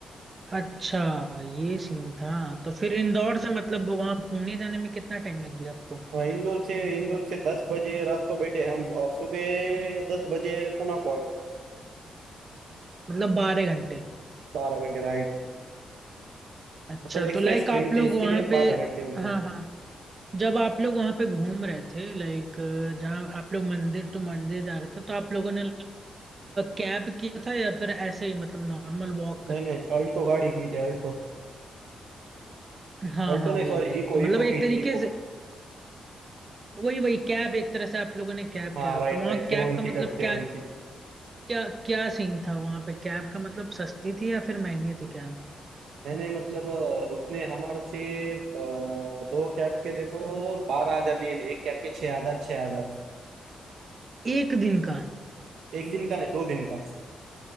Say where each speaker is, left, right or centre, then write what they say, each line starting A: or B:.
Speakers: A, on the right (about 35°); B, on the right (about 75°).
A: अच्छा ये सीन था तो फिर इंदौर से मतलब वहां पुणे जाने में कितना टाइम लग गया आपको
B: हाँ, इंदौर से इंदौर से दस बजे रात को बैठे हम और सुबह दस बजे पुणे को आए
A: मतलब बारह घंटे
B: बारह घंटे राइड
A: अच्छा
B: मतलब एक्सप्रेस
A: तो लाइक
B: ट्रेन
A: आप लोग
B: थी इसके
A: वहां
B: लिए
A: पे
B: बारह घंटे हो गए
A: हाँ हाँ जब आप लोग वहां पे घूम रहे थे लाइक जहाँ आप लोग मंदिर टू मंदिर जा रहे थे तो आप लोगों ने कैब किया था या फिर ऐसे ही मतलब नॉर्मल वॉक करके
B: नहीं नहीं अल्टो गाड़ी की थी अल्टो
A: हाँ
B: अल्टो
A: हाँ
B: नहीं
A: वही
B: सॉरी
A: वही
B: इको
A: तो मतलब
B: इको
A: एक
B: की
A: तरीके
B: थी इको
A: से वही वही कैब एक तरह से आप लोगों ने कैब
B: हाँ
A: किया था।
B: right
A: तो वहाँ
B: right seven
A: कैब का
B: seater
A: मतलब
B: seven
A: क्या क्या क्या सीन था वहां पे कैब का मतलब सस्ती थी या फिर महंगी थी कैब
B: मैंने मतलब अ, उसने हमारे से अ, दो कैब के देखो बारह हजार लिए थे एक कैब के छह हजार छह हजार
A: एक दिन का
B: एक दिन का नहीं दो दिन का